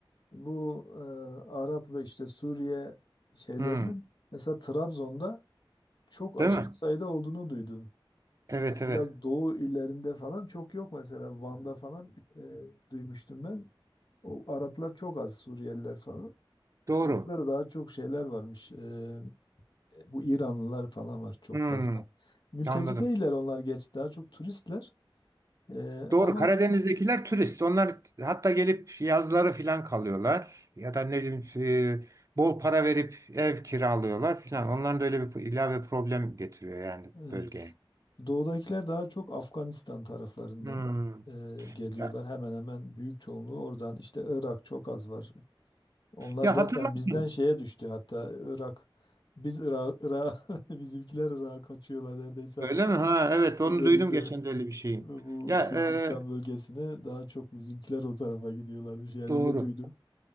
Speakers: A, on the left; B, on the right.
A: Bu e, Arap ve işte Suriye şeylerinin
B: Hmm,
A: mesela Trabzon'da çok aşırı
B: değil mi?
A: sayıda olduğunu duydum.
B: Evet
A: Yani
B: evet.
A: biraz doğu illerinde falan çok yok mesela Van'da falan e, duymuştum ben. O Araplar çok az Suriyeliler falan.
B: Doğru.
A: Tabii burada da daha çok şeyler varmış. E, e, bu İranlılar falan var çok
B: Hmm,
A: fazla. Mülteci
B: anladım.
A: değiller onlar geç daha çok turistler. E,
B: Doğru.
A: ama
B: Karadeniz'dekiler turist. Onlar hatta gelip yazları filan kalıyorlar. Ya da ne bileyim e, bol para verip ev kiralıyorlar filan. Onların da öyle bir ilave problem getiriyor yani
A: e,
B: bölgeye.
A: doğudakiler daha çok Afganistan taraflarından
B: Hmm.
A: e, geliyorlar.
B: Ya,
A: Hemen hemen büyük çoğunluğu oradan. İşte Irak çok az var. Onlar
B: ya
A: zaten
B: hatırlarsın.
A: bizden şeye düştü hatta Irak. Biz Irak, Irak <laughs> bizimkiler Irak'a kaçıyorlar neredeyse
B: Öyle
A: artık.
B: mi? Ha evet
A: Özellikle
B: onu duydum geçen de öyle bir şeyi.
A: bu
B: Ya e,
A: Kürdistan bölgesine daha çok bizimkiler o tarafa gidiyorlarmış. Yani
B: doğru.
A: öyle duydum.